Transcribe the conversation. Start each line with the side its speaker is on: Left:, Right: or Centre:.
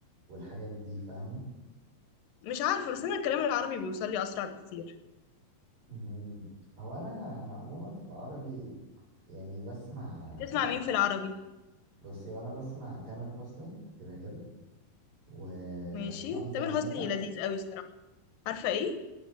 Right: والحاجات دي فاهمة
Left: مش عارفه بس انا الكلام العربي بيوصل لي اسرع بكتير
Right: مم. هو انا انا عموما في العربي يعني بسمع
Left: بتسمع
Right: هقول
Left: مين
Right: لك
Left: في العربي
Right: بصي وانا بسمع تامر حسني كده كده وحمزة
Left: ماشي تامر
Right: نمرة
Left: حسني لذيذ قوي الصراحة عارفة ايه؟